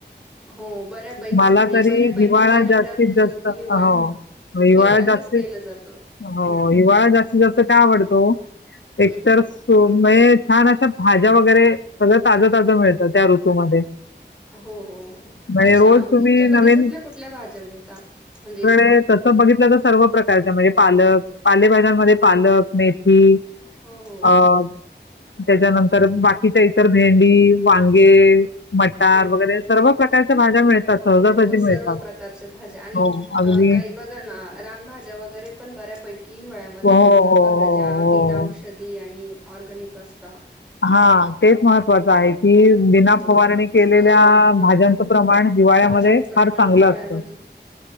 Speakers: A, in the centre; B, on the left (about 80°).
A: हो बऱ्यापैकी
B: मला
A: म्हणजे
B: तरी
A: बऱ्यापैकी
B: हिवाळा
A: पर्यटन
B: जास्तीत जास्त
A: हिवाळ्यात
B: हिवाळ्यात
A: हिवाळ्यातच
B: जास्त...
A: केलं जातं
B: हो हिवाळा जास्तीत जास्त का आवडतो... एकतर
A: हम्म हम्म
B: हो... म्हे छान अशा भाज्या वगैरे सगळं... ताजं ताजं मिळतं त्या ऋतूमध्ये
A: हो हो हो...
B: म्हणजे
A: अच्छा
B: रोज
A: मग
B: तुम्ही
A: तुमच्याकडे
B: नवीन
A: कुठल्या कुठल्या भाज्या मिळता म्हणजे
B: म्हणजे तसं बघितलं तर सर्व प्रकारच्या... म्हणजे पालक पालेभाज्यांमध्ये पालक, मेथी
A: हो हो
B: अं. त्याच्यानंतर बाकीच्या इतर... भेंडी, वांगे मटार
A: हो
B: वगैरे...
A: हो
B: सर्व प्रकारच्या
A: हं, हं.
B: भाज्या मिळतात. सहजासहजी
A: हो... सर्व
B: मिळतात
A: प्रकारचे भाज्या आणि
B: हो अगदी
A: अ... काही बघा ना... रानभाज्या वगैरे पण बऱ्यापैकी हि वळ्यामध्ये
B: हो हो
A: मिळतात...
B: हो
A: बघा ज्या आ... बिनाऔषधी
B: हो
A: आणि ऑर्गनिक अस जा.
B: हा... तेच महत्त्वाचं आहे की, विना
A: हो
B: फवारणी केलेल्या
A: हो
B: भाज्यांचं प्रमाण हिवाळ्यामध्ये
A: भाज्यांप्रमाण
B: फार चांगलं
A: हिवाळ्यामध्ये
B: असतं